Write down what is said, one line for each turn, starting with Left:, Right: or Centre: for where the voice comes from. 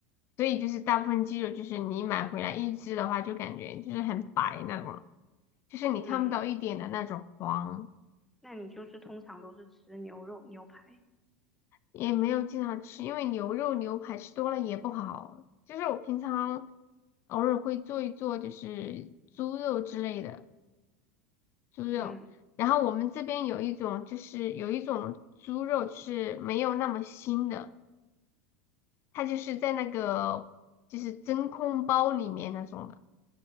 Left: 所以就是大部分鸡肉就是你买回来一只的话，就感觉就是很白那种，就是你看不到一点的那种黄，
Centre: 嗯，那你就是通常都是吃牛肉、牛排，
Left: 也没有经常吃，因为牛肉牛排吃多了也不好。就是我平常偶尔会做一做，就是猪肉之类的猪肉，
Centre: 嗯，
Left: 然后我们这边有一种就是有一种猪肉是没有那么腥的。它就是在那个就是真空包里面那种的。